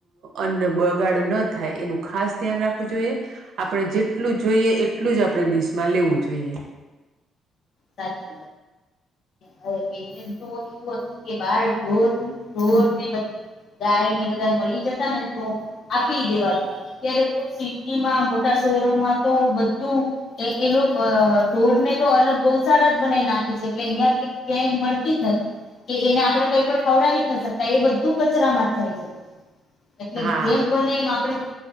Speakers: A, on the right (about 70°); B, on the left (about 65°).
A: અન્ન બગાડ ન થાય એનું ખાસ ધ્યાન રાખવું જોઈએ આપણે જેટલું જોઈએ એટલું જ આપણે ડીશમાં લેવું જોઈએ
B: સાચું <unintelligible> ગાય ને બધા મળી જતા ને તો આપી દેવા અત્યારે તો સિટીમાં મોટા શહેરોમાં તો બધું એ એ લોકો ઢોર ને તો અલગ ગૌશાળા જ બનાવી નાખે છે એટલે અહયા ક્યાંય મળતી જ નથી કે એને આપડે કઈ પણ ખવડાવી જ ના શકતા એ બધું કચરામાં જ જાય છે એટલે
A: હા
B: જેમ બને એમ આપડે